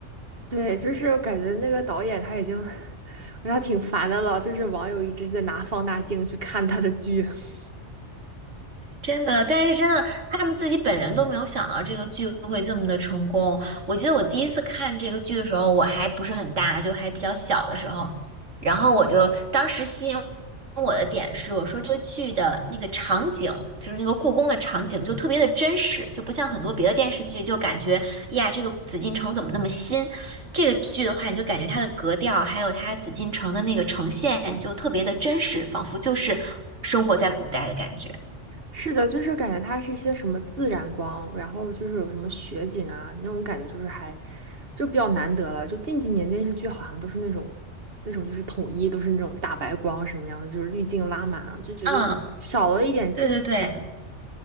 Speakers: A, on the right; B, on the right.
A: 对，就是我感觉那个导演他已经，<laughs> 他挺烦的了，就是网友一直在拿放大镜去看他的剧。<laughs>
B: 真的，但是真的，他们自己本人都没有想到这个剧会这么的成功。我记得我第一次看这个剧的时候，我还不是很大，就还比较小的时候，然后我就当时吸引我的点是，我说这个剧的那个场景，就是那个故宫的场景，就特别的真实，就不像很多别的电视剧，就感觉呀，这个紫禁城怎么那么新？这个剧的话，你就感觉它的格调，还有它紫禁城的那个呈现，就特别的真实，仿佛就是生活在古代的感觉。
A: 是的，就是感觉它是一些什么自然光，然后就是有什么雪景啊，那种感觉就是还就比较难得了。就近几年电视剧好像都是那种那种就是统一都是那种大白光什么样的，就是滤镜拉满，就觉得少了一点真实感。
B: 嗯。对对对